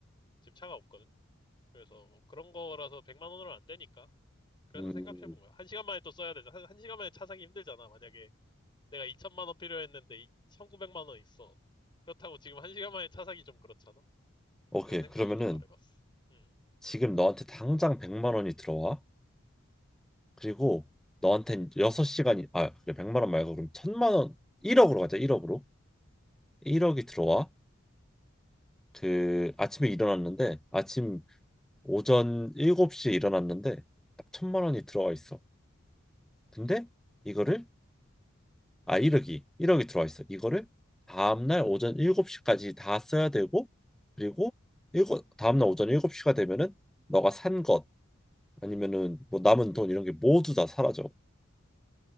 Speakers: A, on the left; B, in the centre.
A: 지금 차가 없거든. 그래서 뭐 그런 거라서 100만 원으로는 안 되니까. 그래서
B: 음.
A: 생각해 본 거야. 한 시간 만에 또 써야 되잖아. 한, 한 시간 만에 차 사기 힘들잖아. 만약에 내가 2천만 원 필요했는데 이- 1,900만 원 있어. 그렇다고 지금 한 시간 만에 차 사기 좀 그렇잖아.
B: 오케이.
A: 그래서 생각난
B: 그러면은
A: 거 말해봤어. 음.
B: 지금 너한테 당장 100만 원이 들어와. 그리고 너한텐 6시간이 아, 그래 100만 원 말고 그럼 천만원 1억으로 가자. 1억으로. 1억이 들어와. 그 아침에 일어났는데 아침 오전 7시에 일어났는데 딱 천만 원이 들어가 있어. 근데 이거를 아 1억이 1억이 들어가 있어. 이거를 다음날 오전 7시까지 다 써야 되고 그리고 일곱 다음날 오전 7시가 되면은 너가 산 것 아니면은 뭐 남은 돈 이런 게 모두 다 사라져.